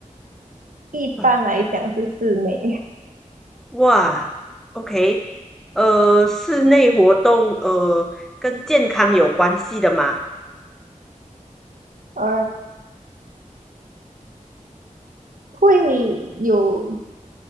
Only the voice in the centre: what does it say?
哇哇，OK，呃，室内活动，呃，跟健康有关系的吗？